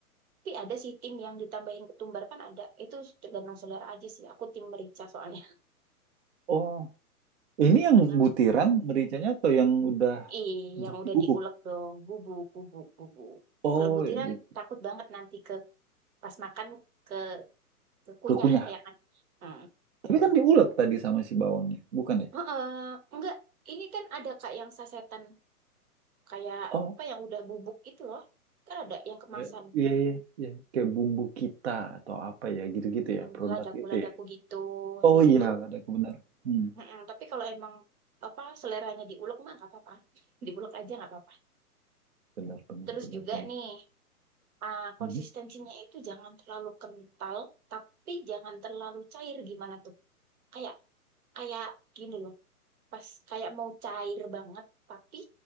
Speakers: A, on the right (about 65°); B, on the right (about 45°).
A: Tapi ada sih tim yang ditambahin ketumbar kan ada. Itu tergantung selera aja sih. Aku tim merica soalnya.
B: Oh, ini yang
A: Mm-mm.
B: butiran
A: <laughs>
B: mericanya atau yang udah
A: Ih, yang
B: jadi
A: udah
B: bubuk?
A: diulek dong. Bubuk, bubuk, bubuk.
B: Oh,
A: Kalau butiran
B: yang bubuk.
A: takut banget nanti ke pas makan ke kekunyah
B: Kekunyah.
A: ya kan. Hmm.
B: Tapi kan diulek tadi sama si bawangnya, bukan ya?
A: Heeh. Enggak, ini kan ada Kak yang sasetan kayak
B: Oh.
A: apa yang udah bubuk itu loh. Kan ada yang kemasan.
B: Ya, iya, iya, iya. Kayak bumbu kita atau apa ya, gitu-gitu ya,
A: Mm,
B: produk
A: ladaku-ladaku
B: itu ya.
A: gitu.
B: Oh
A: Habis
B: iya,
A: itu,
B: ada kebenar. Hmm.
A: mm-mm. Tapi kalau emang apa seleranya diulek mah nggak apa-apa, <laughs> diulek aja nggak apa-apa.
B: Benar, benar,
A: Terus
B: benar,
A: juga
B: benar.
A: nih, ah, konsistensinya
B: Mhm.
A: itu jangan terlalu kental, tapi jangan terlalu cair gimana tuh? Kayak kayak gini loh, pas kayak mau cair banget, tapi